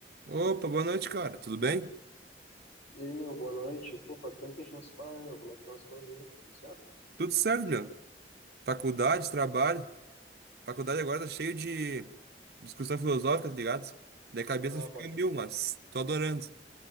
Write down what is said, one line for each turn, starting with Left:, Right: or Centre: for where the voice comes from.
Right: Opa, boa noite, cara. Tudo bem?
Left: E aí, meu, boa noite. Pô, faz tempo que a gente não se fala, né, meu? Como é que estão as coisas aí? Tudo certo?
Right: Tudo certo, meu. Faculdade, trabalho. Faculdade agora tá cheio de discussão filosófica, tá ligado? Daí a cabeça
Left: Ah,
Right: fica
Left: pode,
Right: em mil, mas tô adorando.